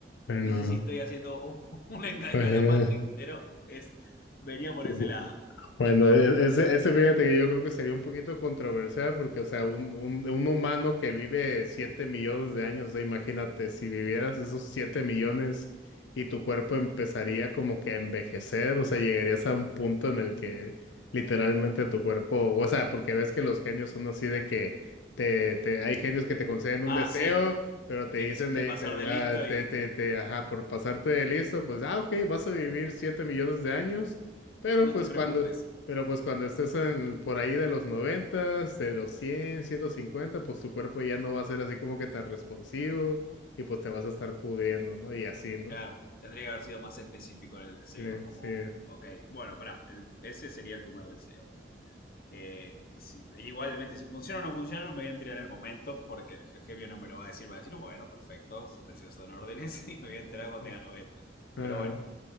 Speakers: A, on the left; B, on the left.
A: bueno,
B: no sé si estoy haciendo un, <laughs> un engaño
A: pues,
B: a la Matrix, pero es, venía por
A: <laughs>
B: ese lado.
A: Bueno, e- ese, ese fíjate que yo creo que sería un poquito controversial porque, o sea, un, un, un humano que vive 7 millones de años, o sea, imagínate, si vivieras esos 7 millones y tu cuerpo empezaría como que a envejecer, o sea, llegarías a un punto en el que literalmente tu cuerpo, o sea, porque ves que los genios son así de que te, te, hay genios que te conceden un
B: Ah,
A: deseo,
B: sí,
A: pero te
B: te
A: dicen
B: quisiste
A: de,
B: pasar
A: te,
B: de
A: ah,
B: listo y
A: te, te, te, ajá, por pasarte de listo, pues, ah, ok, vas a vivir 7 millones de años. Pero
B: no
A: pues
B: te preocupes.
A: cuando, pero pues cuando estés en, por ahí de los noventas de los cien ciento cincuenta pues tu cuerpo ya no va a ser así como que tan responsivo y pues te vas a estar pudriendo, ¿no? Y así, ¿no?
B: Claro, tendría que haber sido más específico en el deseo,
A: Sí,
B: como,
A: sí.
B: ok, bueno, pará, el- ese sería el primer deseo. Eh, que si, igualmente, si funciona o no funciona, no me voy a enterar en el momento porque el Jevio no me lo va a decir. Va a decir, bueno, perfecto, sus deseos son órdenes <laughs> y me voy a enterar cuando
A: eh,
B: tenga noventa
A: Ajá.
B: Pero bueno,